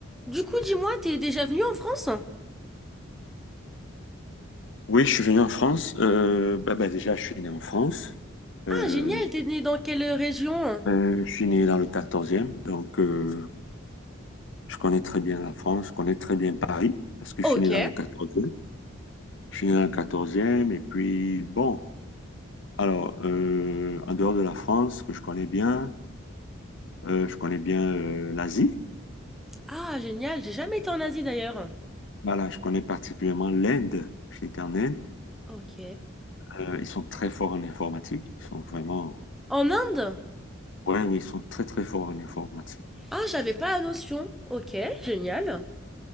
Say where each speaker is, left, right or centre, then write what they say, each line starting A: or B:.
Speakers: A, in the centre; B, on the left.
A: Du coup, dis-moi, t'es déjà venu en France Ah,
B: Oui, je suis venu en France. Euh, bah, bah, déjà, je suis né en France. Euh,
A: génial, t'es né dans quelle région
B: euh, je suis né dans le 14 donc euh, je connais très bien la France, je connais très bien Paris, parce que
A: Ok.
B: je suis né dans le 14 Je suis né dans le 14 et puis bon, alors, euh, en dehors de la France, que je connais bien, euh, je connais bien euh, l'Asie.
A: Ah, génial, j'ai jamais été en Asie d'ailleurs.
B: Voilà, je connais particulièrement l'Inde. J'étais en Inde.
A: Ok.
B: Euh, ils sont très forts en informatique. Ils sont vraiment...
A: En Inde
B: Ouais, oui, ils sont très, très forts en informatique.
A: Ah, j'avais pas la notion. Ok, génial.